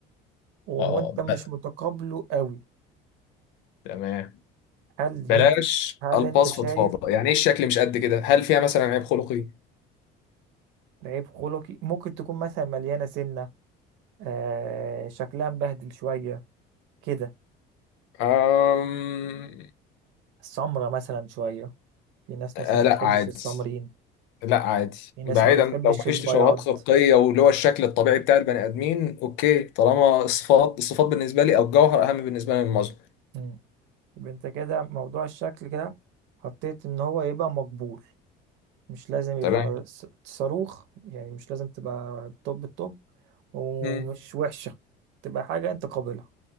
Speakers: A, on the right (about 80°); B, on the left (about 85°).
A: وانت
B: اه
A: مش
B: بقى.
A: متقابله قوي
B: تمام
A: هل
B: بلاش
A: ينفع هل
B: الفاظ
A: انت شايف
B: فضفاضه يعني ايه الشكل مش قد كده هل فيها مثلا عيب خلقي
A: عيب خلقي ممكن تكون مثلا مليانة سنة آه شكلها مبهدل شوية كده
B: أم...
A: السمرة مثلا شوية في ناس
B: آه
A: مثلا ما
B: لا
A: بتحبش
B: عادي
A: السمرين
B: لا عادي
A: في ناس
B: بعيدا
A: ما بتحبش
B: لو مفيش
A: البياض
B: تشوهات خلقيه واللي هو الشكل الطبيعي بتاع البني ادمين اوكي طالما الصفات الصفات بالنسبه لي او الجوهر اهم بالنسبه لي من المظهر
A: مم. يبقى انت كده موضوع الشكل كده حطيت ان هو يبقى مقبول مش لازم يبقى
B: تمام
A: س- صاروخ يعني مش لازم تبقى توب التوب ومش
B: امم
A: وحشة تبقى حاجة انت قابلها